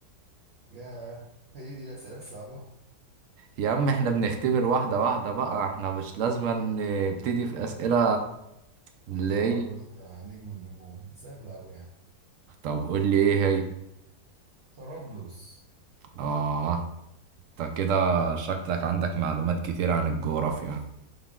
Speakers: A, on the right; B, on the right.
A: ياه هي دي الأسئلة الصعبة
B: يا عم احنا بنختبر واحدة واحدة بقى احنا مش لازم نبتدي في أسئلة اللي هي
A: طرابلس يا نجم النجوم دي سهلة أوي يعني
B: طب قول لي إيه هي
A: طرابلس
B: آه انت كده شكلك عندك معلومات كتير عن الجغرافيا